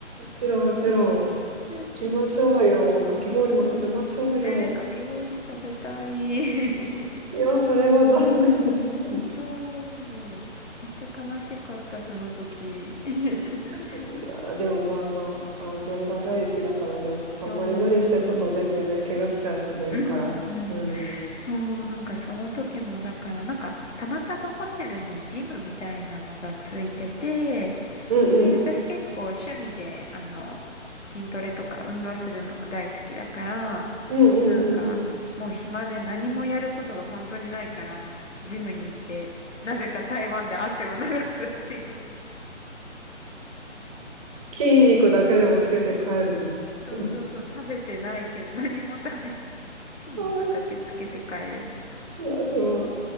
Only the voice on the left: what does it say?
<laughs> うん
ねえ。えー、かき氷食べたい。<laughs>
そう。めっちゃ悲しかった、その時。<laughs>
そう。
<laughs> う
ん
そう、なんかその時もだから、なんかたまたまホテルにジムみたいなのがついてて、
で、私結構趣味で、あの、筋トレとか運動するのも大好きだから、
なんか、もう暇で何もやることが本当にないから、ジムに行って、なぜか台湾で汗を流すっていう。
そうそうそう、
食べてないけど、何も食べずに、筋肉だけつけて帰るみたい